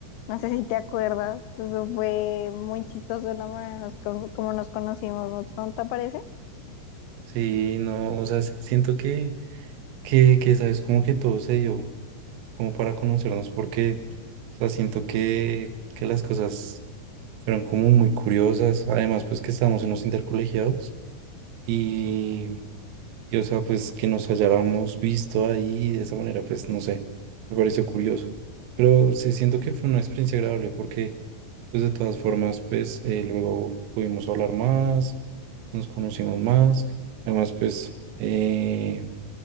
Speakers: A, on the left; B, on the right.
A: No sé si te acuerdas, eso fue muy chistoso la manera nos con- como nos conocimos, ¿no? ¿No te parece?
B: Sí, no, o sea, s- siento que, que, que sabes, como que todo se dio, como para conocernos, porque, o sea, siento que, que las cosas fueron como muy curiosas, además, pues que estábamos en los intercolegiados y, y, o sea, pues que nos hayáramos visto ahí de esa manera, pues no sé, me pareció curioso. Pero sí siento que fue una experiencia agradable porque Pues de todas formas, pues eh, luego pudimos hablar más, nos conocimos más. Además, pues eh,